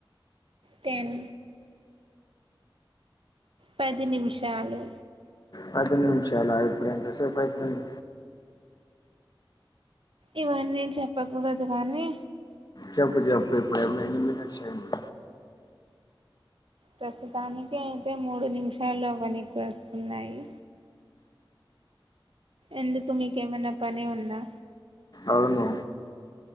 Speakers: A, on the right; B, on the left.
A: టెన్ పది నిమిషాలు
B: పది నిమిషాల ఇప్పుడు ఎంత సేపు అయితుంది
A: ఇవన్నీ చెప్పకూడదు కానీ
B: చెప్పు చెప్పు ఇప్పుడు ఎన్ని మినిట్స్ అయింది
A: ప్రస్తుతానికి అయితే మూడు నిమిషాలు వనీకి వస్తున్నాయి. ఎందుకు మీకు ఏమి అన్నా పని ఉందా.
B: అవును